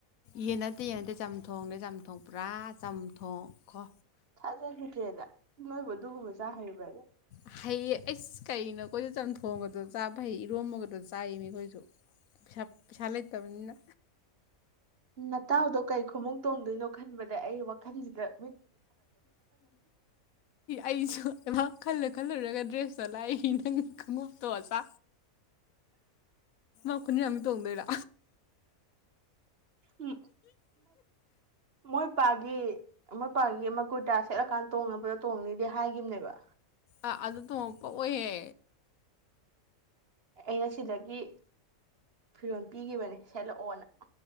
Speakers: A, on the left; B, on the right.
A: ꯌꯦꯅꯗꯤꯦ ꯌꯦꯅꯗꯦ ꯆꯝꯊꯣꯡꯅꯦꯦ ꯆꯝꯊꯣꯡ ꯄꯨꯔꯥ ꯆꯝꯊꯣꯛꯈꯣ
B: ꯆꯥꯖꯒꯗ꯭ꯔꯤꯑꯒ ꯅꯣꯏꯕꯨ ꯑꯗꯨꯒꯨꯝꯕ ꯆꯥ ꯍꯩꯕ
A: ꯍꯩꯌꯦ ꯑꯩꯁ ꯀꯩꯅꯣ ꯑꯩꯈꯣꯏꯗ ꯆꯝꯊꯣꯡꯒꯗꯣ ꯆꯥꯕ ꯐꯩ ꯏꯔꯣꯝꯃꯒꯗꯣ ꯆꯥꯏ ꯃꯤꯈꯣꯏꯁꯨ ꯄꯩꯁꯥ ꯂꯩꯇꯕꯅꯤꯅ
B: ꯅꯇꯎꯗꯣ ꯀꯩ ꯈꯃꯨ ꯇꯣꯡꯗꯣꯏꯅꯣ ꯈꯟꯕꯗ ꯑꯩ ꯋꯥꯈꯜꯁꯤꯗꯠ
A: ꯑꯩꯁꯨ ꯑꯦꯃ ꯈꯜꯂꯨ ꯈꯜꯂꯨꯔꯒ ꯗ꯭ꯔꯦꯁꯇꯣ ꯂꯥꯛꯏ ꯅꯪ ꯈꯣꯡꯎꯞꯇꯣꯑꯁ ꯏ ꯈꯨꯟꯗꯤꯥ ꯑꯃ ꯇꯣꯡꯗꯣꯏꯔ
B: ꯎꯝ ꯃꯣꯏ ꯃꯄꯥꯒꯤ ꯃꯣꯏꯄꯥꯒꯤ ꯃ ꯀꯨꯔꯇꯥ ꯁꯦꯠꯂꯀꯥꯟꯗ ꯇꯣꯡꯉꯅꯕꯗ ꯇꯣꯡꯅꯤꯗꯤ ꯍꯥꯏꯈꯤꯕꯅꯦꯕ
A: ꯑꯥ ꯑꯗꯨ ꯇꯣꯡꯉꯛꯄ ꯑꯣꯏꯍꯦ
B: ꯑꯩꯅ ꯁꯤꯗꯒꯤ ꯐꯤꯔꯣꯜ ꯄꯤꯈꯤꯕꯅꯦ ꯁꯦꯠꯂꯛꯑꯣꯅ